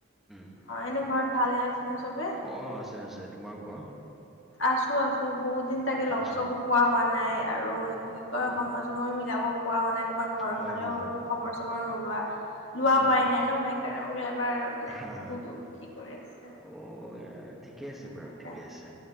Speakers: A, in the centre; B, on the left.
A: উম
B: অ এনে ঘৰত ভালে আছেনে চবে?
A: অ আছে আছে তোমাৰ কোৱা
B: আছো। আছো। বহুত দিন তাকে
A: আচ্ছা
B: লগ চগো পোৱা হোৱা নাই। আৰু কি কয়
A: উম
B: সময়
A: উম
B: চয় মিলাব পোৱা হোৱা নাই তোমাৰ ঘৰৰ
A: হয়
B: ফালেও
A: হয়
B: একো খবৰ চবৰ নোলোৱা। লোৱা
A: উম
B: হোৱাই
A: উম,
B: নাই ন, মই সেইকাৰণে বোলো এবাৰ মানে
A: হা
B: সুধো, কি কৰি আছে?
A: অ' ইয়া, ঠিকে আছে বাৰু
B: সেইকাৰণে
A: ঠিকে আছে।